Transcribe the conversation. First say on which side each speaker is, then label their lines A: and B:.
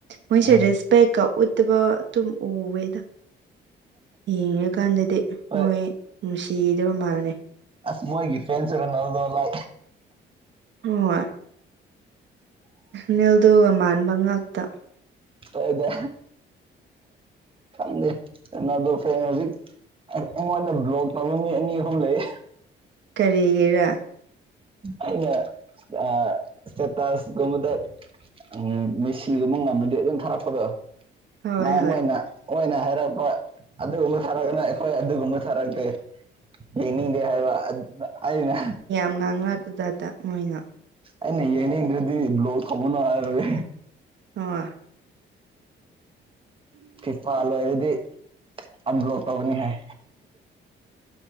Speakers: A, on the right; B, on the right.
A: ꯃꯣꯏꯁꯦ
B: ꯎꯝ
A: ꯔꯦꯁꯄꯦꯛꯀ ꯎꯠꯇꯕ ꯑꯗꯨꯝ ꯎꯋꯦꯗ ꯌꯦꯡꯉꯔꯀꯥꯟꯗꯗꯤ
B: ꯍꯣꯏ
A: ꯃꯣꯏ ꯅꯨꯡꯁꯤꯗꯕ ꯃꯥꯜꯅꯦ
B: ꯑꯁ ꯃꯣꯏꯒꯤ ꯐ꯭ꯔꯦꯟꯁ ꯑꯦꯔꯅ ꯅꯜꯗꯣꯂ
A: ꯍꯣꯏ ꯅꯜꯗꯣ ꯃꯥꯟꯕ ꯉꯥꯛꯇ
B: ꯍꯣꯏꯗ ꯈꯪꯗꯦ ꯀꯩꯅꯣꯗꯣ ꯐꯩ ꯍꯧꯖꯤꯛ ꯑꯩꯉꯣꯟꯗ ꯕ꯭ꯂꯣꯛ ꯇꯧꯕ ꯃꯤ ꯑꯅꯤ ꯑꯍꯨꯝ ꯂꯩꯌꯦ
A: ꯀꯔꯤꯒꯤꯔ
B: ꯑꯩꯅ ꯑ ꯁꯦꯇꯥꯁ ꯃꯨꯗ ꯎꯝ ꯃꯦꯁꯤꯒꯨꯝ ꯃ ꯉꯅꯗꯤ ꯑꯗꯨꯝ ꯊꯥꯔꯛꯄꯗꯣ
A: ꯍꯣꯏ
B: ꯃ
A: ꯍꯣꯏ
B: ꯃꯣꯏꯅ ꯑꯣꯏꯅ ꯍꯥꯏꯔꯛꯄ ꯑꯗꯨꯒꯨꯝꯕ ꯊꯥꯔꯛꯒꯅ ꯑꯩꯈꯣꯏ ꯑꯗꯨꯒꯨꯝꯕ ꯊꯥꯔꯛꯇꯦ ꯌꯦꯅꯤꯡꯗꯦ ꯍꯥꯏꯕ ꯑꯅ
A: ꯉꯥꯡꯍꯥꯛ ꯑꯗꯨꯨꯗꯥꯇꯥ ꯃꯣꯏꯅ
B: ꯑꯦ ꯅꯌꯦꯅꯦ ꯏꯟꯗꯔꯗꯤ ꯕ꯭ꯂ ꯊꯕ ꯅꯉꯥ
A: ꯑꯣ
B: ꯐꯤꯐꯥꯜ ꯑꯣꯏꯣꯏꯔꯗꯤ ꯑꯟꯕ꯭ꯂꯣꯛ ꯇꯧꯒꯅꯤ ꯍꯥꯏ